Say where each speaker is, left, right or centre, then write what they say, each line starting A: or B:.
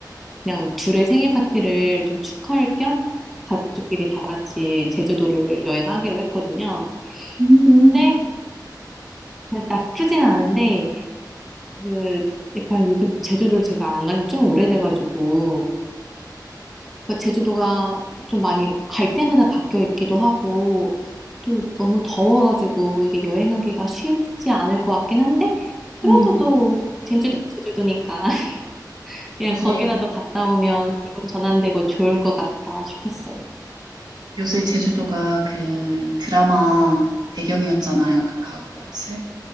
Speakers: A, in the centre; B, on the right.
A: 그냥 둘의 생일 파티를 좀 축하할 겸 가족끼리 다 같이 제주도를 여행하기로 했거든요.
B: 음,
A: 근데 나쁘진 않은데 그 약간 요즘 제주도를 제가 안 간지 좀 오래돼가지고 그러니까 제주도가 좀 많이 갈 때마다 바뀌어 있기도 하고 또 너무 더워가지고 이게 여행하기가 쉽지 않을 것 같긴 한데 그래도
B: 음,
A: 또 제주도는 제주도니까 <laughs> 그냥
B: 요새.
A: 거기라도 갔다 오면 기분 전환되고 좋을 것 같다 싶었어요.
B: 요새 제주도가 그 드라마 배경이었잖아요. 그 가- 뭐였지?